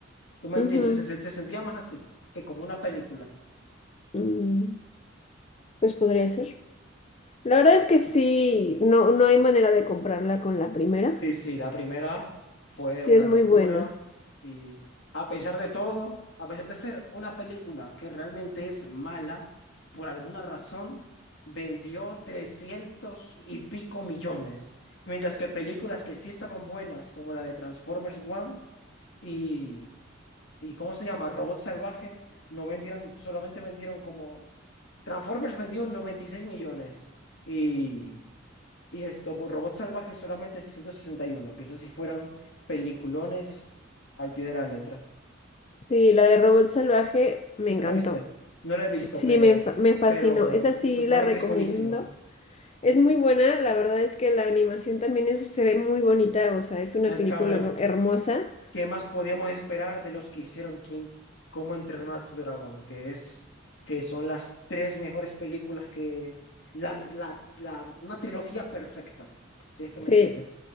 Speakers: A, on the left; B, on the left.
A: ¿Tú me
B: Ujú,
A: entiendes? Se, se se sentía más así que como una película.
B: mm, pues podría ser. La verdad es que sí, no, no hay manera de comprarla con la primera.
A: Sí, sí, la primera fue
B: Sí,
A: una
B: es
A: locura
B: muy buena.
A: y a pesar de todo, a pesar de ser una película que realmente es mala, por alguna razón vendió 300 y pico millones, mientras que películas que sí estaban buenas, como la de Transformers One y ¿Y cómo se llama? Robot Salvaje. No vendieron, solamente vendieron como... Transformers vendió 96 millones y, y esto, bo- Robot Salvaje solamente ciento sesenta y uno que esas sí fueron peliculones al pie de la letra.
B: Sí, la de Robot Salvaje me
A: ¿Sí
B: encantó.
A: te la viste? No la he visto,
B: Sí,
A: pero,
B: me, fa- me fascinó.
A: pero
B: Esa
A: se
B: sí
A: supone
B: la recomiendo.
A: que es buenísima.
B: Es muy buena, la verdad es que la animación también es- se ve muy bonita, o sea, es una
A: Es
B: película
A: que a ver.
B: her- hermosa.
A: ¿Qué más podíamos esperar de los que hicieron King, cómo entrenar a tu dragón? Que es, que son las tres mejores películas que, la, la, la- una trilogía perfecta, si es que
B: Sí,
A: me entiendes.